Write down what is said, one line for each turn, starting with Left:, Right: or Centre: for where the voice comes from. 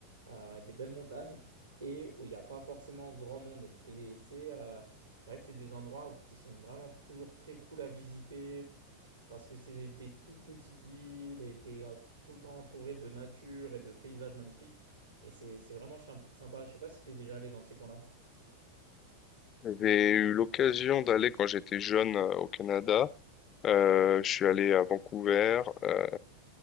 Right: euh, des belles montagnes et où il n'y a pas forcément grand monde. Et c'est euh, c'est vrai que c'est des endroits où- qui sont vraiment toujours très cool à visiter parce que c'est des, toutes petites villes et tu es tout le temps entouré de nature et de paysages magnifiques. Et c'est c'est vraiment chim- sympa. Je sais pas si tu es déjà allé dans ces coins-là.
Left: J'ai eu l'occasion d'aller quand j'étais jeune euh, au Canada. Euh, je suis allé à Vancouver. euh,